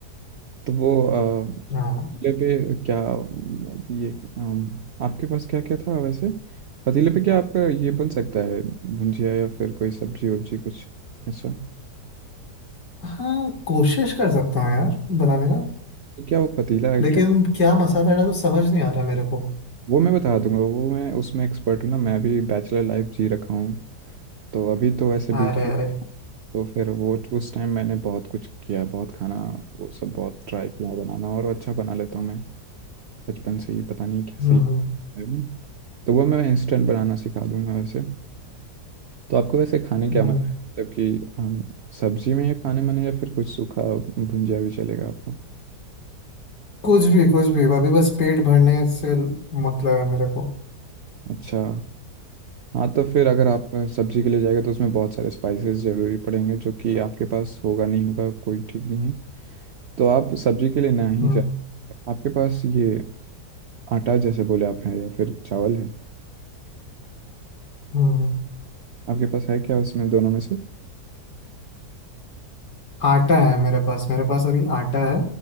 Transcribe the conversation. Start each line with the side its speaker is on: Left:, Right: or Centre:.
Right: तो वो अ,
Left: हाँ
Right: पतीले पे क्या ये अम, आपके पास क्या क्या था वैसे पतीले पे क्या आपका ये बन सकता है भुंजिया या फिर कोई सब्जी वब्जी कुछ अच्छा
Left: हाँ कोशिश कर सकता हूँ यार बनाने का
Right: तो क्या वो पतीला है
Left: लेकिन
Right: क्या
Left: क्या मसाला डाला तो समझ नहीं आ रहा मेरे को
Right: वो मैं बता दूंगा वो मैं उसमें एक्सपर्ट हूँ ना मैं अभी बैचलर लाइफ जी रखा हूँ तो अभी तो वैसे
Left: अरे
Right: भी तो
Left: अरे
Right: फिर वो उस टाइम मैंने बहुत कुछ किया है बहुत खाना वो सब बहुत ट्राई किया है बनाना और अच्छा बना लेता हूँ मैं बचपन से ही पता नहीं कैसे
Left: हम्म
Right: ही
Left: हम्म,
Right: मेरे में तो वो मैं इंस्टेंट बनाना सिखा दूंगा वैसे तो आपको वैसे खाने क्या
Left: हम्म।
Right: मन है मतलब कि हम, सब्जी में ही खाने मन है या फिर कुछ सूखा भुंजिया भी चलेगा आपको
Left: कुछ भी कुछ भी अभी बस पेट भरने से मतलब है मेरे को
Right: अच्छा हाँ तो फिर अगर आप सब्जी के लिए जाएगा तो उसमें बहुत सारे स्पाइसेस जरूरी पड़ेंगे जो कि आपके पास होगा नहीं होगा कोई ठीक नहीं है तो आप सब्जी के लिए ना ही
Left: हम्म
Right: जाए आपके पास ये आटा जैसे बोले आप हैं या फिर चावल है
Left: हम्म हम्म।
Right: आपके पास है क्या उसमें दोनों में से
Left: आटा है मेरे पास मेरे पास अभी आटा है